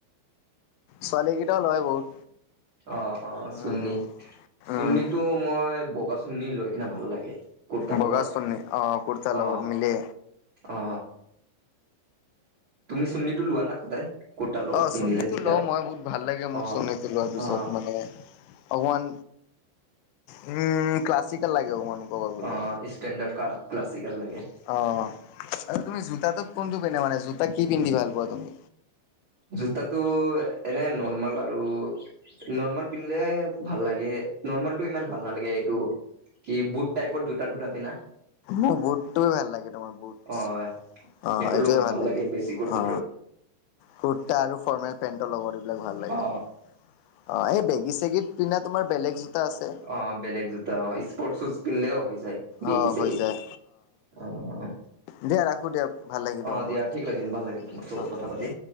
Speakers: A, on the left; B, on the right.
A: ছোৱালীকেইটাও লয় বহুত।
B: অ অ
A: উম,
B: অ চুল্লি চুৰ্নিটো
A: উম।
B: মই বগা চুৰ্নি লৈ কিনে ভাল লাগে। কুৰ্তাৰ
A: বগা
B: লগত
A: চুৰ্নি অ কুৰ্তা
B: অ
A: লগত মিলে।
B: অ। তুমি চুৰ্নিটো লোৱা না সদায়? কুৰ্তাৰ লগত
A: অ
B: পিন্ধিলে
A: চুৰ্ণীটো
B: যেতিয়া
A: লও মই বহুত ভাল লাগে মোক
B: অ
A: চুৰ্ণীটো লোৱাৰ পিছত
B: অ
A: মানে। অকমান উম ক্লাছিকেল লাগে অকমান। ক'ব গ'লে
B: অ ষ্টেণ্ডাৰ্ড ক্লাছিকেল লাগে।
A: অ'। আৰু তুমি জোতাটো কোনটো পিন্ধা মানে, জোতা কি পিন্ধি ভাল পোৱা তুমি?
B: জোতটো এনে নৰ্মাল আৰু। নৰ্মেল পিন্ধিলে ভাল লাগে, নৰ্মেলটো ইমান ভাল নালাগে এইটো। কি বুট টাইপৰ জোতা টোতা কিনা?
A: মোৰ বুটটোয়ে ভাল লাগে তোমাৰ বুটছ,
B: অ
A: অ
B: এইটোৰ
A: এইটোৱে
B: লগত
A: ভাল লাগে
B: বেছি কুৰ্তাটো
A: অ। কুৰ্তা আৰু ফৰ্মেল পেন্টৰ লগত এইবিলাক ভাল লাগে।
B: অ
A: অ এই বেগি চেগীত পিন্ধা তোমাৰ বেলেগ জোতা আছে।
B: অ বেলেগ জোতা অ স্পৰ্ট শ্বুজ পিন্ধিলেও হৈ যায়। বেগি
A: অ',
B: ছেগিত
A: হৈ যায়
B: অ অ।
A: দিয়া ৰাখো দিয়া ভাল লাগিল তোমাৰ
B: অ
A: লগত
B: দিয়া
A: কথা
B: ঠিক
A: পাতি
B: লাগিল ভাল লাগিল তোমাৰ লগত
A: অ',
B: কথাপতি।
A: দিয়া।